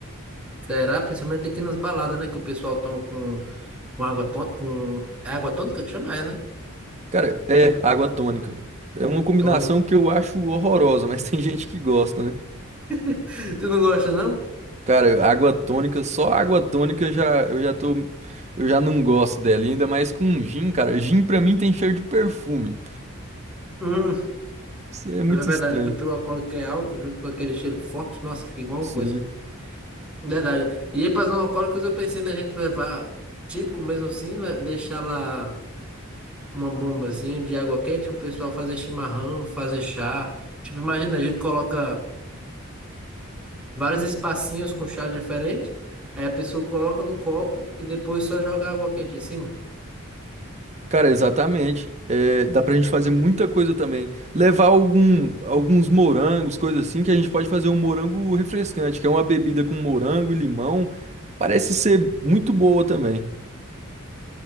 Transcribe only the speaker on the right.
Cara, é água tônica. É uma combinação
que eu acho horrorosa, mas <laughs> tem gente que gosta, né?
Cara, água tônica, só água tônica eu já eu já tô eu já não gosto dela, e ainda mais com gin, cara. Gin pra mim tem cheiro de perfume.
Isso é muito
estranho.
Sim.
Cara, exatamente. É, dá pra gente fazer muita coisa também. Levar algum, alguns morangos, coisa assim, que a gente pode fazer um morango refrescante, que é uma bebida com morango e limão. Parece ser muito boa também.